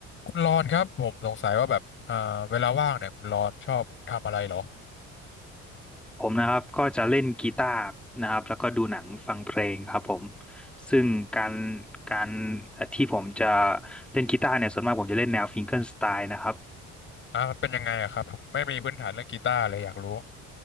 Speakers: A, on the left; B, in the centre.
A: คุณรอนครับผมสงสัยว่าแบบเอ่อเวลาว่างเนี่ยคุณรอนชอบทำอะไรเหรอ
B: ผมนะครับก็จะเล่นกีตาร์นะครับแล้วก็ดูหนังฟังเพลงครับผมซึ่งการการที่ผมจะเล่นกีตาร์เนี่ยส่วนมากผมจะเล่นแนวฟิงเกอร์สไตล์นะครับ
A: อ่ามันเป็นยังไงอะครับผมไม่มีพื้นฐานเรื่องกีตาร์เลยอยากรู้